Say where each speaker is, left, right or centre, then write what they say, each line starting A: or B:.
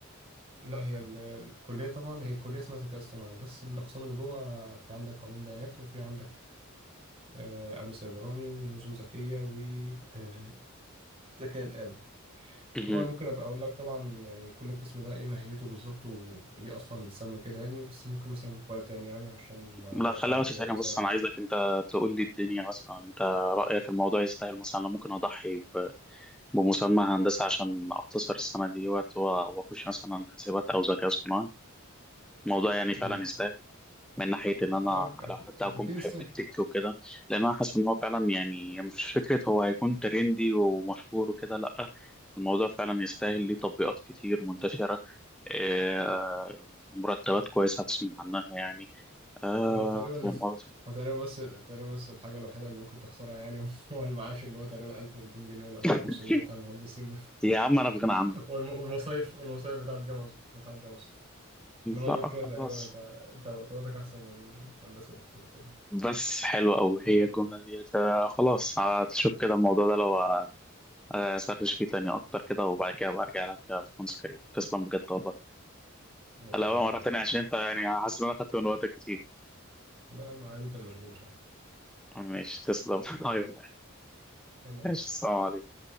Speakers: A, on the right; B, in the centre.
A: لا هي ال- الكلية طبعا هي كلية اسمها ذكاء اصطناعي بس الأقسام اللي جوه في عندك علوم بيانات وفي عندك آه، أمن سيبراني ونظم ذكية وذكاء الآلة
B: مهم.
A: طبعا ممكن أبقى أقول لك طبعا يعني كل قسم ده إيه ماهيته بالظبط و- وليه أصلا سمى كده يعني بس ممكن مثلا في وقت تاني يعني عشان ما
B: لا
A: أطولش
B: خليها
A: عليك
B: بس
A: دلوقتي
B: ثانية
A: مثلا
B: بص أنا عايزك أنت تقول لي الدنيا مثلا أنت رأيك الموضوع يستاهل مثلا أنا ممكن أضحي ب- بمسمى هندسة عشان أختصر السنة دي وقت و- وأخش مثلا حاسبات أو ذكاء اصطناعي الموضوع يعني
A: امم
B: فعلا يستاهل من ناحية إن أنا
A: اه اكيد
B: لو حد هكون
A: اكيد
B: بحب
A: يستاهل
B: التك وكده لأن أنا حاسس إن هو فعلا يعني مش فكرة هو هيكون ترندي ومشهور وكده لأ الموضوع فعلا يستاهل ليه تطبيقات كتير منتشرة آه، مرتبات كويسة بسمع عنها يعني آه،
A: هو تقريبا
B: فاهم
A: <laughs>
B: قصدي
A: هو تقريبا بس تقريبا بس الحاجه الوحيده اللي ممكن تخسرها يعني <laughs> هو المعاش اللي هو تقريبا 1200 جنيه ولا 1500
B: <laughs>
A: جنيه بتاع المهندسين
B: يا عم أنا في غنى
A: <laughs>
B: عنه
A: والم- والمصايف والمصايف بتاعت جمص بتاعت جمص انما غير
B: لأ
A: كده
B: خلاص
A: تقريبا انت انت مرتباتك احسن من هندسه بكتير وكده
B: بس حلوة أوي هي الجملة ديت آه، خلاص هتشوف كده الموضوع ده لو آه، سرش فيه تاني أكتر كده وبعد كده برجع لك يا باشمهندس كريم تسلم بجد والله
A: ماشي
B: لا
A: عظيم
B: بقى مرة
A: يعني
B: تانية عشان انت يعني حاسس ان انا خدت من وقتك كتير
A: لا يا عم عادي انت اللي مشغول مش انا
B: ماشي تسلم <laughs> ايوه
A: لا لا
B: ماشي السلام عليكم